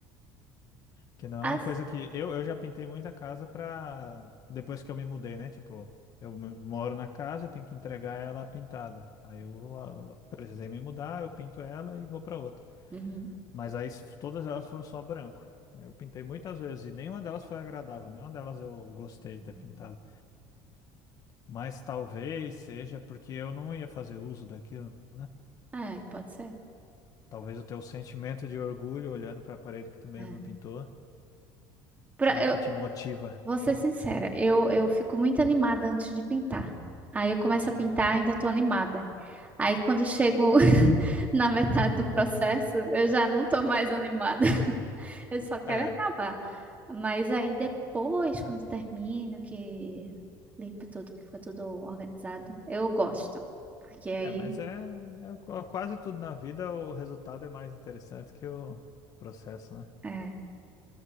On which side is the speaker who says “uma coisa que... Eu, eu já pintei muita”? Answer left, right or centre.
Left